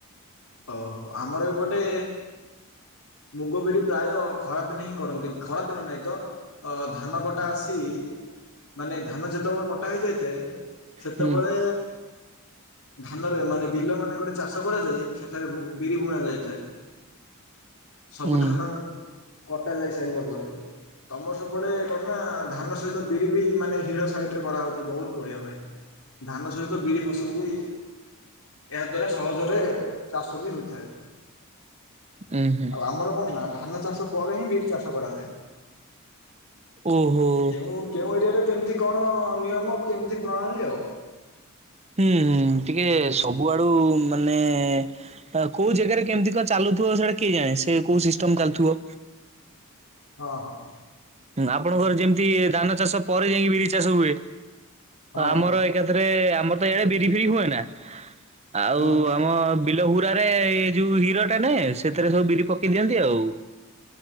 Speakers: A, on the left; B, on the right.
A: ଓହୋ ଆମର ଏପଟେ ମୁଗ ବିରି ପ୍ରାୟ ଖରାଦିନ ହିଁ କରନ୍ତି। ଖରାଦିନ ନାହିଁ ତ ଧାନ କଟା ଆସି ମାନେ ଧାନ ଯେତେବେଳେ କଟା ହୋଇଯାଇଥାଏ। ସେତେବେଳେ
B: ହୁଁ
A: ଧାନରେ, ମାନେ ବିଲ ମାନଙ୍କରେ ଚାଷ କରାଯାଏ। ବିରି ବୁଣା ଯାଇଥାଏ। ସବୁ
B: ହୁଁ
A: ଧାନ କଟା ଯାଇସାରିବା ପରେ। ତମର ସବୁପଡ଼େ କଣ ନା ଧାନ ସହିତ ବିରି ବି ମାନେ ହିଡ଼ ସାଇଡରେ କରାହେଉଛି ବହୁତ ବଢ଼ିଆ ଭାଇ। ଧାନ ସହିତ ବିରି ଫସଲ ବି ଏହା ଦ୍ଵାରା ସହଜରେ ଚାଷ ବି ହୋଇଥାଏ।
B: ଉଁ ହୁଁ
A: ଆଉ ଆମର କଣ ନା ଧାନଚାଷ ପରେ ହିଁ ବିରି ଚାଷ କରାଯାଏ।
B: ଓହୋ।
A: କେଉଁ କେଉଁ ଏରିଆରେ କେମିତି କଣ ନିୟମ କେମିତି ପ୍ରଣାଳୀ ଆଉ
B: ହୁଁ ହୁଁ ଟିକେ ସବୁଆଡୁ ମାନେ ଆ କୋଉ ଜାଗାରେ କେମିତି କଣ ଚାଲୁଥିବ ସେଇଟା କିଏ ଜାଣେ? ସେ କୋଉ ସିଷ୍ଟମ ଚାଲୁଥିବ।
A: ହଁ ହଁ।
B: ଆପଣଙ୍କର ଯେମିତି ଧାନଚାଷ ପରେ ଯାଇକି ବିରିଚାଷ ହୁଏ।
A: ହଁ
B: ଆମର ଏକାଥରେ ଆମର ତ ଇଆଡେ ବିରି ଫିରି ହୁଏ ନା, ଆଉ
A: ହଁ
B: ଆମ ବିଲ ହୁରାରେ ଏ ଯୋଉ ହିରଟା ନେ ସେଥିରେ ସବୁ ବିରି ପକେଇ ଦିଅନ୍ତି ଆଉ